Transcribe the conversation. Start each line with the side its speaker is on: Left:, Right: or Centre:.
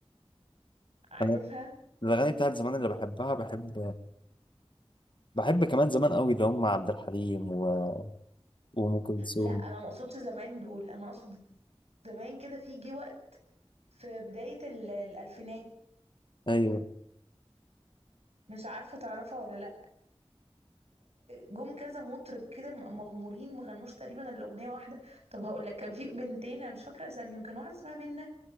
Right: عارفها
Left: أنا الأغاني بتاعت زمان اللي بحبها بحب بحب كمان زمان أوي اللي هم عبد الحليم و... وأم كلثوم
Right: لا انا ما اقصدش زمان دول انا اقصد زمان كده في جه وقت في بدايه ال- الالفينات
Left: أيوه
Right: مش عارفه تعرفها ولا لا جم كذا مطرب كده مغمورين ما غنوش تقريبا الاغنيه واحده طب هقول لك كان في بنتين انا مش فاكره اساميهم كان واحده اسمها منى